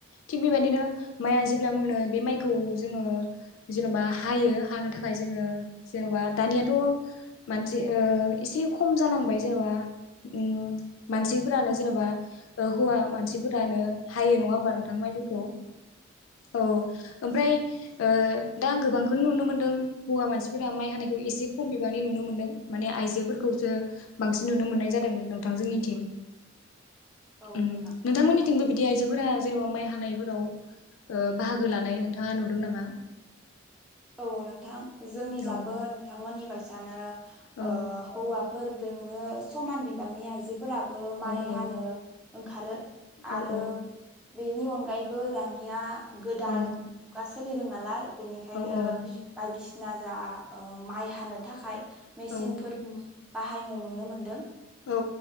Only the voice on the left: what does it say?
थिग बेबायदिनो माइआ जेब्ला मोनो बे माइखौ जोङो जेनबा हायो हानो थाखाय जोङो जेनबा दानियाथ मानसि ओ एसे खम जालांबाय जेनेबा उम मानसिफोरानो जेनेबा हौवा मानसिफोरानो हायो नङा होमबा नोंथां माइफोरखौ औ ओमफ्राय ओ दा आं गोबांखौनो नुनो मोनदों हौवा मानसिफोरा माइ हानायखौ एसे खम बिबांनि नुनो मोनदों माने आइजोफोर खौसो बां नुनो मोननाय जादों नोंथां जोंनि थिं
उम
नोंथांमोननिथिंबो बिदि आइजो फोरा जेनेबा माइ हानायफोराव ओ बाहागो लानाय नोंथाङा नुदों नामा
औ
औ
औ
औ
औ
औ
औ
औ औ
औ
औ